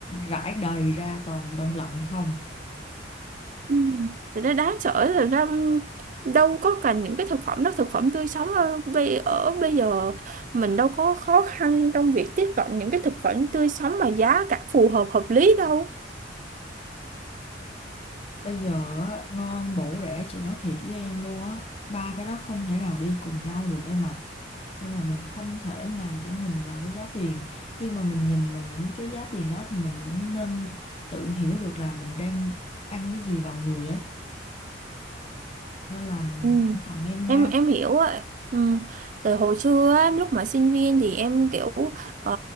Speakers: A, on the left; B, on the right.
A: rải đầy ra toàn đông lạnh không.
B: Ừ. Thì nó đáng sợ thật ra đâu có cần những cái thực phẩm đó thực phẩm tươi sống ở bây ở bây giờ mình đâu có khó khăn trong việc tiếp cận những cái thực phẩm tươi sống mà giá cả phù hợp hợp lý đâu
A: Bây giờ á, ngon bổ rẻ chị nói thiệt với em luôn á, ba cái đó không thể nào đi cùng nhau được em ạ. nên là mình không thể nào chỉ nhìn vào cái giá tiền khi mà mình nhìn vào những cái giá tiền đó thì mình cũng nên tự hiểu được là mình đang ăn cái gì vào người ấy nên là
B: Ừ.
A: cẩn thận em nha
B: em em hiểu á ừ. Tại hồi xưa á, lúc mà sinh viên thì em kiểu ờ,